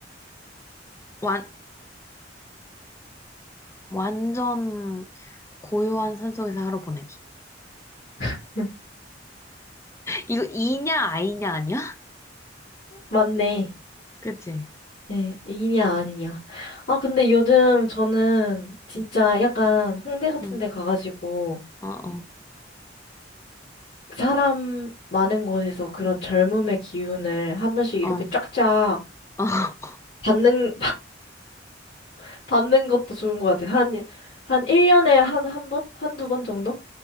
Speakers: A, on the left; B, on the left.
A: 완, 완전 고요한 산속에서 하루 보내기.
B: <laughs>
A: 이거 이냐, 아이냐, 아니야? <laughs>
B: 맞네.
A: 그치?
B: 예, 이냐 아니냐. 아, 근데 요즘 저는 진짜
A: 응,
B: 약간 홍대 같은
A: 응.
B: 데 가가지고
A: 어, 어,
B: 사람 많은 곳에서 그런 젊음의 기운을 한 번씩 이렇게
A: 어. 어.
B: 쫙쫙
A: <laughs>
B: 받는, <laughs> 받는 것도 좋은 것 같아요. 한, 한 1년에 한, 한 번? 한두 번 정도?